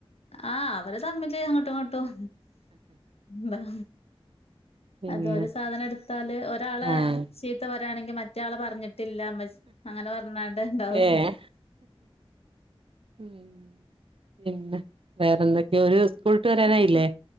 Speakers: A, on the left; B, on the right.
A: ആഹ്, അവര് തമ്മില് അങ്ങോട്ടും ഇങ്ങോട്ടും. മ്പം
B: പിന്നെ
A: അതൊര് സാധനം എടുത്താല് ഒരാളെ
B: ആഹ്
A: ചീത്ത പ ഇവ്ടാണെങ്കി മറ്റെ ആള് പറഞ്ഞിട്ടില്ല ഉമ്മച്ചി അങ്ങന പറഞ്ഞ് ഉണ്ടാവും.
B: ഏഹ് ഉം പിന്നെ വേറെന്തക്കെയ ഒരു സ് ക്കൂള് വിട്ട് വരാനായില്ലേ?